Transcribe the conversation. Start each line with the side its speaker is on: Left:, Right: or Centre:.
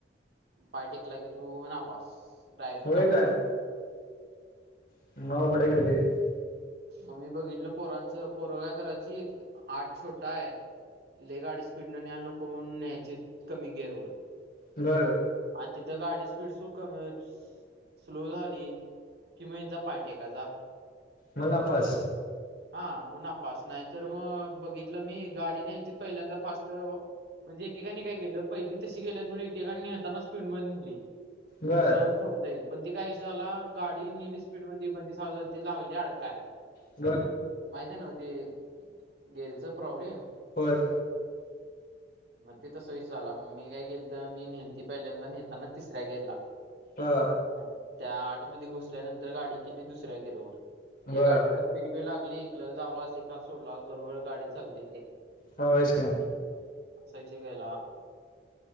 Right: पाय टेकला की तू नापास डायक्ट
Left: होय
Right: नापास
Left: काय <unintelligible>
Right: मग मी बघितलं पोरांचं पोरं काय करायची आठ छोट हाय. लय गाडी स्पीड न न्यायला नको म्हणून न्यायची कमी गेअर वर
Left: बर
Right: आणि तिथं गाडी स्पीड सुू कमीच स्लो झाली कि म यांचा पायटेकाचा.
Left: मुनाफस
Right: हा मग अपास नाही तर मग बघित मी गाडी न्यायची पहिल्यांदा फास्ट म्हणजे एकेकाने काय केलं पहिली तशी गेल्या नेताना स्पीड मध्ये नेली
Left: बर
Right: तिथे जाऊन सोडता येईल पण ती कायष झाला गाडीली स्पीड मध्ये मधी साती लागली अडकाय
Left: ब
Right: माहिती नव्हती गेरीचा प्रॉब्लेम
Left: होयय
Right: मग ते तसोय झाला मग मी काय गेल तर मी नेलती पहिल्यांदा नेताना तिसऱ्या गेला
Left: हा
Right: आणि त्या आठमध्ये घुसल्यानंतर गाडी केली दुसऱ्या गेरोवर
Left: बर
Right: गाडी फिरवी लागली इकल दावला एखाद सोडलास बरोबर गाडी चालते रे
Left: हा होयच काय
Right: असायचीिकयला